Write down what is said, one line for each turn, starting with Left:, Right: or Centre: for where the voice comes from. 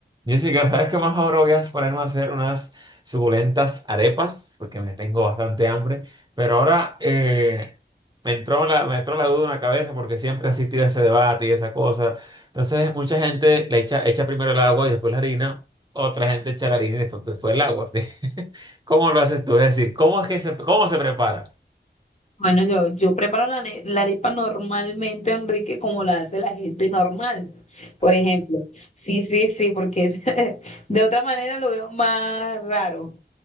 Right: Jessica, ¿sabes qué más ahora voy a ponerme a hacer unas suculentas arepas? Porque me tengo bastante hambre. Pero ahora eh, me entró la, me entró la duda en la cabeza porque siempre he asistido a ese debate y esa cosa. Entonces, mucha gente le echa, echa primero el agua y después la harina. Otra gente echa la harina y después, después el agua. <laughs> ¿Cómo lo haces tú? Es decir, ¿cómo es que se, cómo se prepara?
Left: Bueno, yo, yo preparo la, ne- la arepa normalmente, Enrique, como la hace la gente normal, por ejemplo. Sí, sí, sí, porque <laughs> de otra manera lo veo más raro.